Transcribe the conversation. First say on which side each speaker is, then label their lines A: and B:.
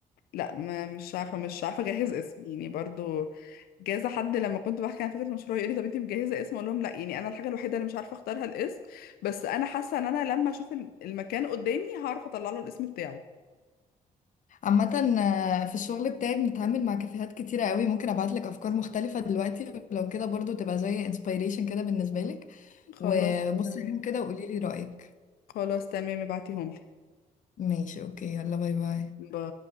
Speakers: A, on the left (about 80°); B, on the left (about 55°).
A: لا ما مش عارفه مش عارفه اجهز اسم يعني برضو جاز حد لما كنت بحكي عن فكره المشروع يقول لي طب انت مجهزه اسم اقول لهم لا يعني انا الحاجه الوحيده اللي مش عارفه اختارها الاسم بس انا حاسه ان انا لما اشوف الم- المكان قدامي هعرف اطلع له الاسم بتاعه
B: عامة آه، في الشغل بتاعي بنتعامل مع كافيهات كتيرة قوي ممكن ابعتلك افكار مختلفة دلوقتي ولو كده برضو تبقى زي انسبيريشن كده بالنسبة لك
A: خلاص
B: وبصي
A: تمام
B: عليهم كده وقولي لي رأيك
A: خلاص تمام ابعتيهم لي
B: ماشي اوكي يلا باي باي
A: باي